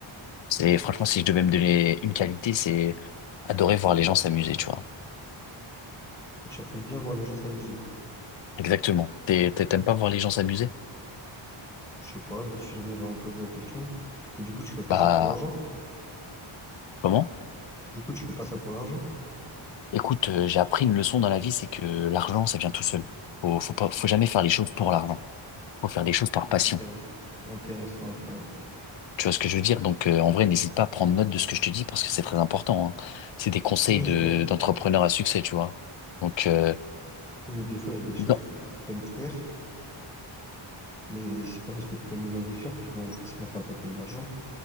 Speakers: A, on the left; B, in the centre.
A: C'est franchement si je devais me donner une qualité, c'est adorer voir les gens s'amuser, tu vois.
B: Et tu t'aimes bien voir les gens s'amuser.
A: Exactement. T'es- t'es- T'aimes pas voir les gens s'amuser?
B: Je sais pas, je me suis jamais vraiment posé la question. Et du coup, tu fais pas
A: Bah,
B: ça pour l'argent?
A: comment?
B: Du coup, tu fais pas ça pour l'argent?
A: Écoute, euh, j'ai appris une leçon dans la vie, c'est que l'argent, ça vient tout seul. Faut, faut pas, faut jamais faire les choses pour l'argent. Faut faire les choses par
B: Intéressant,
A: passion.
B: intéressant, intéressant.
A: Tu vois ce que je veux dire? Donc, euh, en vrai, n'hésite pas à prendre note de ce que je te dis parce que c'est très important, hein. C'est des conseils
B: Ok, je
A: de,
B: note.
A: d'entrepreneurs à succès, tu vois. Donc, euh,
B: Mais des fois, il y a des choses
A: non.
B: que t'aimes faire, mais c'est pas parce que t'aimes bien les faire qu'ils vont forcément t'apporter de l'argent.